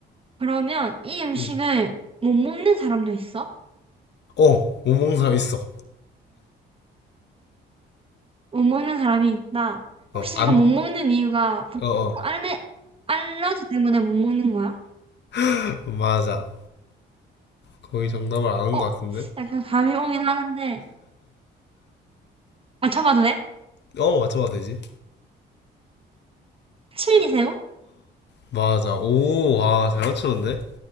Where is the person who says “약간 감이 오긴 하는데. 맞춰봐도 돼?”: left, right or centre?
Right